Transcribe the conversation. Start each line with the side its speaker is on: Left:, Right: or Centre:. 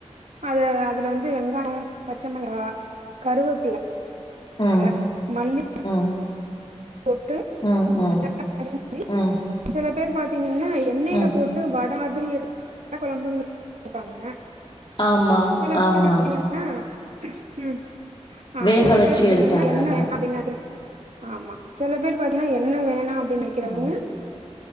Right: அது அதுல வந்து வெங்காயம் அ பச்ச மெளகா கருவேப்பில
Left: ம்
Right: அ மல்லி
Left: ம்
Right: போட்டு
Left: ம் ம்
Right: <unintelligible> பெசஞ்சி
Left: ம்
Right: செல பேரு பாத்தீங்கன்னா எண்ணெயில
Left: ம்
Right: போட்டு வட மாதிரி எடுத் வத்தகொழம்புங்கு வெப்பாங்க
Left: ஆமா
Right: செல
Left: ஆமா
Right: பேரு பாத்தீங்கன்னா ம் ஆ
Left: வேக
Right: செல
Left: வச்சு
Right: பேரு பாத்தீங்கன்னா
Left: எடுப்பாங்க
Right: என்ன
Left: ஆனா
Right: அப்டீன் நறிய ஆமா செல பேரு பாத்தீங்கன்னா எண்ண வேணா அப்டின்னு நெனைக்கிறவைங்க
Left: ம்